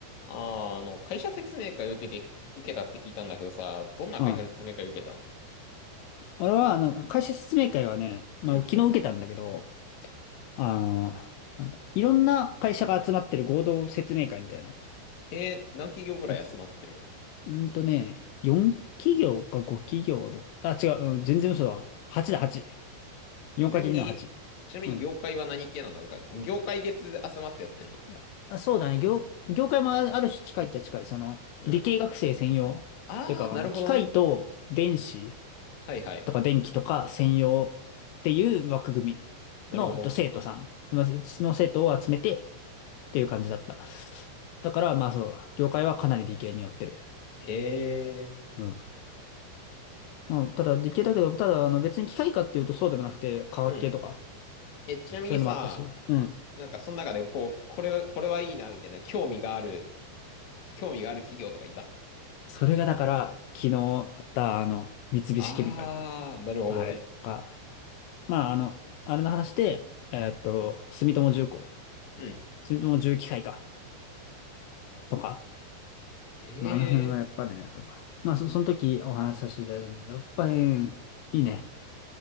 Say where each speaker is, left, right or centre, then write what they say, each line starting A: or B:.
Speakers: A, on the left; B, on the left.
A: あー、あの、会社説明会受けて、受けたって聞いたんだけどさ、どんな会社説明会受けたの
B: うん。あれは、なんか会社説明会はね、まあ、
A: うん。
B: 昨日受けたんだけど、あの、なんだいろんな会社が集まってる合同説明会みたいな
A: へえ、何企業ぐらい集まってるの
B: やつ。うーんとね、4企業か5企業だった。あ、違う、うん、全然嘘だわ。8だ、8。4かけるの8。
A: ちなみに、ちなみに業界は何系なのなんか、
B: うん。
A: 業界別で集まってやってんの
B: いや、あ、そうだね。業、業界もあある種近いっちゃ近い。その、
A: うん。
B: 理系学生専用。
A: あー、
B: というか、あの、
A: なるほどね。
B: 機械と電子
A: はいはい。
B: とか電気とか専用っていう枠組み
A: なるほど。
B: の、えっと、生徒さん、まあその生徒を集めてっていう感じだった。だから、まあそう、業界はかなり理系に寄ってる。
A: へえ。
B: うん。まあ、ただ理系だけど、ただあの別に機械科っていうとそうでもなくて、化学系とか、
A: うん。え、ちなみにさ、
B: そういうのもあったし。うん。
A: なんかその中でこう、これ、これはいいな、みたいな、興味がある、興味がある企業とかいた
B: それがだから、昨日あったあの、三菱ケミカルよ。
A: あー、なるほどね。
B: あれが、まああの、あれの話で、えーっと、住友重工、
A: うん。
B: 住友重機械かとか、
A: へえ。
B: まあ、あの辺はやっぱね、まあ、そ、その時お話しさせていただいたんだけどやっぱり、いいね。